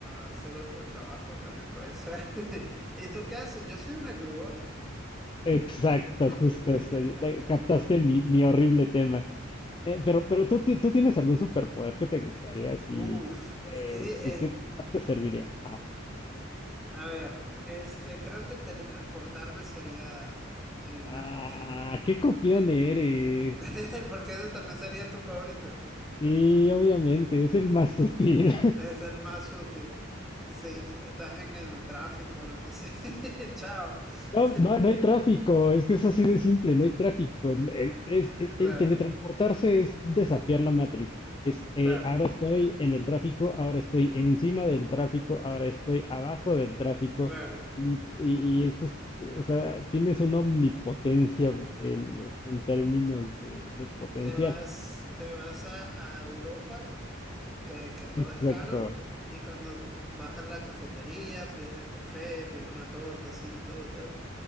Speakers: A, in the centre; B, on the left.
A: a hacer otro trabajo también puede ser. <laughs> ¿Y tú qué haces? Yo soy una grúa.
B: exacto,
A: <laughs>
B: justo eso. ya- Captaste mi mi horrible tema. Eh, pero, pero tú, ti- tú tienes algún superpoder que te gustaría, así,
A: Uf,
B: eh,
A: es que di-
B: que,
A: es,
B: que más te serviría. Ajá.
A: a ver, este, creo que teletransportarme sería el mejor.
B: Ah, qué copión eres.
A: <laughs> Porque ese también sería tu favorito.
B: Sí, obviamente, es el más <laughs> sutil.
A: Es el más útil. Que si estás en el tráfico o lo que sea. <laughs> Chao. <laughs>
B: No, no, no hay tráfico, es que es así de simple, no hay tráfico. El, el- es- el-
A: Claro.
B: el teletransportarse es desafiar la Matrix. Es, eh,
A: Claro,
B: ahora estoy en el tráfico, ahora estoy encima del tráfico, ahora estoy abajo del tráfico.
A: claro.
B: Y, y, y eso es, o sea, tienes una omnipotencia en, en términos de, de potencial.
A: Te vas, te vas a, a Europa, que, que todo
B: Exacto.
A: es caro, y cuando t- vas a la cafetería, pides el café, pides una torta, así, todo tal.